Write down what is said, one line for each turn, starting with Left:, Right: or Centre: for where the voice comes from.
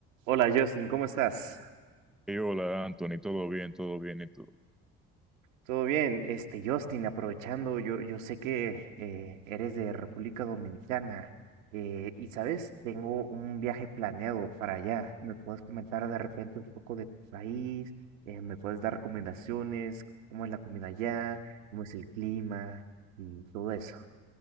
Right: Hola Justin, ¿cómo estás?
Centre: Y hola, Anthony, ¿todo bien? ¿Todo bien? ¿Y tú?
Right: ¿Todo bien? Este, Justin, aprovechando, yo, yo sé que eh, eres de República Dominicana eh, y sabes, tengo un viaje planeado para allá. ¿Me puedes comentar de repente un poco de tu país? Eh, ¿me puedes dar recomendaciones? ¿Cómo es la comida allá? ¿Cómo es el clima? Y todo eso.